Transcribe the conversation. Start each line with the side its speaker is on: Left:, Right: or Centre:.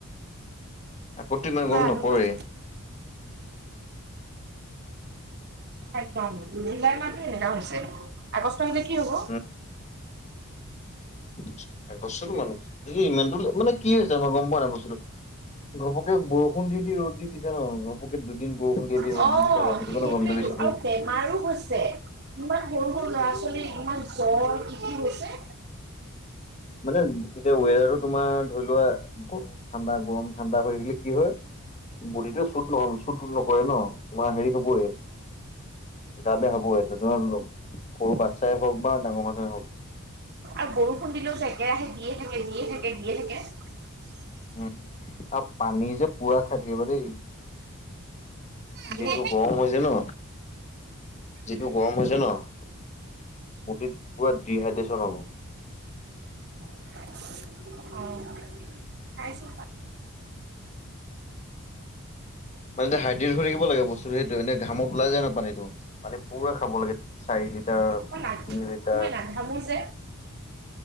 Left: আগতটো ইমান
Right: কোৱা
Left: গৰম
Right: আৰু
Left: নপৰেই।
Right: কোৱা একদম জুলাই মাহটো এনেকা হৈছে আগষ্টৰ আহিলে কি হ'ব
Left: উম <unintelligible> বস্তুটো <unintelligible> ইমানটো মানে কি হৈছে মই গম পোৱা নাই বস্তুটো ঘপকে বৰষুণ দি দি ৰ'দ দি দিছে ন, ঘপকে দুদিন বৰষুণ দি এদিন
Right: অ',
Left: ৰ'দ দি দিছে <unintelligible> <unintelligible> গৰমটো
Right: সেইটোয়েতো
Left: বেছি পৰ
Right: আৰু বেমাৰো হৈছে ইমান সৰু সৰু ল'ৰা ছোৱালী ইমান জ্বৰ কি কি হৈছে
Left: মানে এতিয়া ৱেডাৰটো তোমাৰ ধৰি লোৱা গৰম ঠাণ্ডা গৰম ঠাণ্ডা হৈ থাকিলে কি হয় বডিটোৱে চ্যুট নহ চ্যুট নকৰে ন তোমাৰ হেৰি হ'বই গা বেয়া হ'বই ধ ধৰা সৰু বাচ্ছাই হওক বা ডাঙৰ মানুহেই হওক
Right: আৰু বৰষুণ দিলেও যে একেৰাহে দিয়ে থাকে দিয়ে থাকে দিয়ে থাকে
Left: উম আৰু পানী যে পুৰা খাই থাকিবা দেই
Right: পানী।
Left: যিটো গৰম হৈছে ন যিটো গৰম হৈছে ন বডীত পুৰা ডিহাইড্ৰেশ্যন হ'ব
Right: অ'। <inaudible>
Left: মানে হাইড্ৰেত হৈ থাকিব লাগে বস্তুটো সেইটোৱে মানে ঘামত ওলাই যায় ন পানীটো মানে পুৰা খাব লাগে চাৰি লিটাৰ
Right: মই
Left: তিনি লিটাৰ
Right: মই নাঘামো যে